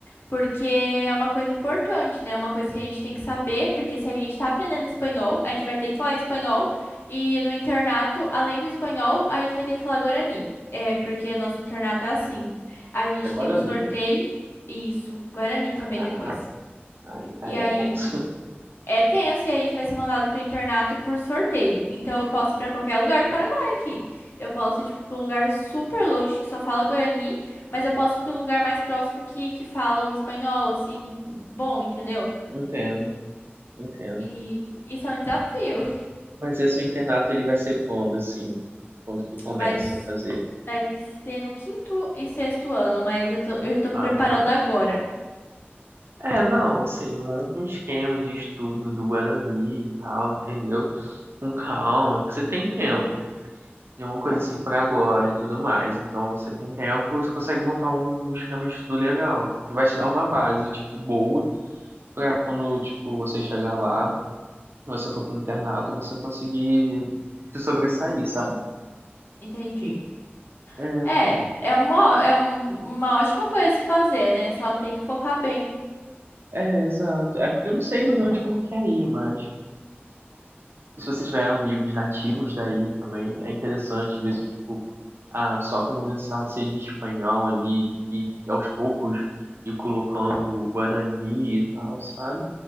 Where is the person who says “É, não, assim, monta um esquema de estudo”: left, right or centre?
Right